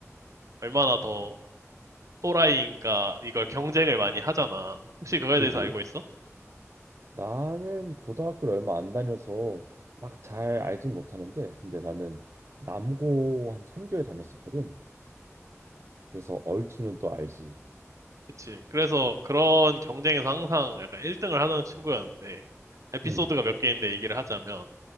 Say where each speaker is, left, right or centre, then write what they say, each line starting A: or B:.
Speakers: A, on the right; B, on the right.
A: 얼마나 더 또라이인가 이걸 경쟁을 많이 하잖아. 혹시 그거에
B: 그지?
A: 대해서 알고 있어?
B: 나는 고등학교를 얼마 안 다녀서 막 잘 알진 못하는데, 근데 나는 남고 한 3개월 다녔었거든. 그래서 얼추는 또 알지.
A: 그치. 그래서 그런 경쟁에서 항상 약간 1등을 하던 친구였는데, 에피소드가
B: 응,
A: 몇 개인데 얘기를 하자면,